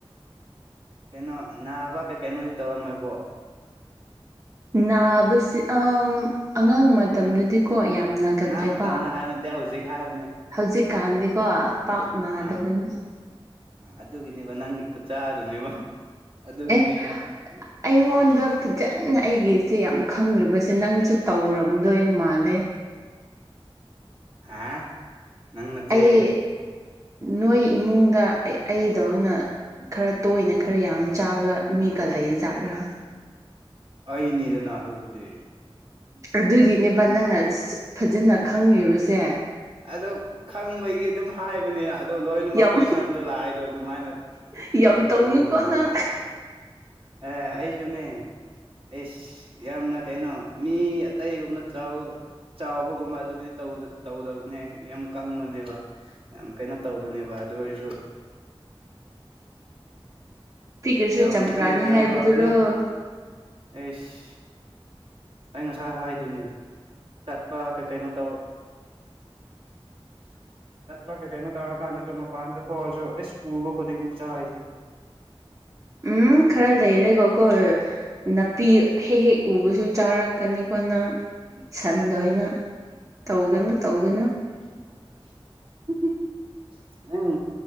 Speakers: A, on the right (about 65°); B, on the right (about 30°).
A: ꯀꯩꯅꯣ ꯅꯥꯕ ꯀꯩ ꯀꯩꯅꯣꯗꯤ ꯇꯧꯔꯝꯃꯣꯏꯀꯣ
B: ꯅꯥꯕꯁꯦ ꯑꯉꯥꯡ ꯃꯇꯝꯗꯗꯤ ꯀꯣ ꯌꯥꯝ ꯅꯥꯒꯜ
A: ꯑꯉꯥꯡ
B: ꯂꯦꯕ
A: ꯃꯇꯝꯗ ꯍꯥꯏꯕ ꯅꯠꯇꯦ ꯍꯧꯖꯤꯛ ꯍꯥꯏꯕꯅꯦ
B: ꯍꯧꯖꯤꯛꯀꯥꯟꯗꯤꯀꯣ ꯄꯥꯛ ꯅꯥꯗꯕꯅꯤ
A: ꯑꯥ ꯑꯗꯨꯒꯤꯅꯦꯕ ꯅꯪꯒꯤ ꯈꯨꯠꯆꯥꯗꯨꯅꯦꯕ ꯑꯗꯨꯒꯤꯅꯦꯕ
B: ꯑꯦ ꯑꯩꯉꯣꯟꯗ ꯐꯖꯅ ꯑꯩꯒꯤꯁꯦ ꯌꯥꯝ ꯈꯪꯔꯤꯕꯁꯦ ꯅꯪꯁꯨ ꯇꯧꯔꯝꯗꯣꯏ ꯃꯥꯜꯂꯦ
A: ꯍꯥ ꯅꯪ ꯅꯆꯦꯒ
B: ꯑꯩ ꯅꯣꯏ ꯏꯃꯨꯡꯗ ꯑꯩ ꯗꯧꯅ ꯈꯔ ꯇꯣꯏꯅ ꯈꯔ ꯌꯥꯝ ꯆꯥꯕ ꯃꯤꯒ ꯂꯩ ꯖꯥꯠꯔ
A: ꯑꯩꯅꯤꯗꯅ ꯑꯗꯨꯕꯨꯗꯤ
B: ꯑꯗꯨꯒꯤꯅꯦꯕ ꯅꯪꯅ ꯐꯖꯅ ꯈꯪꯔꯤꯕꯁꯦ
A: ꯑꯣ ꯈꯪꯕꯒꯤ ꯑꯗꯨꯝ ꯍꯥꯏꯕꯅꯤꯅ ꯑꯗꯣ ꯂꯣꯏꯅ
B: ꯌꯥꯝ
A: ꯃꯛ ꯀꯣꯏꯁꯟꯗꯣ ꯂꯥꯛꯏꯗꯣ ꯑꯗꯨꯃꯥꯏꯅ
B: ꯌꯥꯝ
A: ꯀꯩꯅꯣ ꯇꯧꯕꯤꯒꯤꯅꯦꯕ
B: ꯇꯧꯅꯨꯀꯣ ꯅꯪ
A: ꯑꯦ ꯑꯩꯁꯨꯅꯦ ꯑꯦꯁ ꯌꯥꯝꯅ ꯀꯩꯅꯣ ꯃꯤ ꯑꯇꯩꯒꯨꯝꯅ ꯆꯥꯎ ꯆꯥꯎꯕꯒꯨꯝꯕ ꯑꯗꯨꯕꯨꯗꯤ ꯇꯧꯗ ꯇꯧꯗꯕꯅꯦꯕ ꯌꯥꯝ ꯀꯪꯕꯅꯦꯕ ꯌꯥꯝ ꯀꯩꯅ ꯇꯧꯕꯅꯦꯕ ꯑꯗꯨ ꯑꯩꯁꯨ
B: ꯄꯤꯛꯈ꯭ꯔꯁꯨ
A: ꯍꯦꯜꯕꯨꯗꯤ
B: ꯆꯝꯄ꯭ꯔꯥꯅꯤ
A: ꯌꯥꯝ
B: ꯍꯥꯏꯕꯗꯨꯔꯣ
A: ꯐꯕꯅꯤ ꯑꯦꯁ ꯑꯩ ꯉꯁꯥꯏ ꯍꯥꯏꯗꯨꯅꯦ ꯆꯠꯄ ꯀꯩ ꯀꯩꯅꯣ ꯇꯧ <inaudible> ꯆꯠꯄ ꯀꯩ ꯀꯩꯅꯣ ꯇꯧꯔ ꯀꯥꯟꯅꯁꯨ ꯃꯄꯥꯟꯗ ꯊꯣꯛꯑꯁꯨ ꯑꯦꯁ ꯎꯕ ꯈꯨꯗꯤꯡꯅꯤ ꯆꯥꯏꯁꯦ
B: ꯎꯝ ꯈꯔ ꯂꯩꯔꯒꯀꯣ ꯅꯥꯄꯤ ꯍꯦꯛ ꯍꯦꯛ ꯎꯕꯁꯨ ꯆꯥꯔꯛꯀꯅꯤꯀꯣ ꯅꯪ ꯁꯟ ꯑꯣꯏꯅ ꯇꯧꯒꯅꯨ ꯇꯧꯒꯅꯨ
A: <inaudible> ꯅꯪ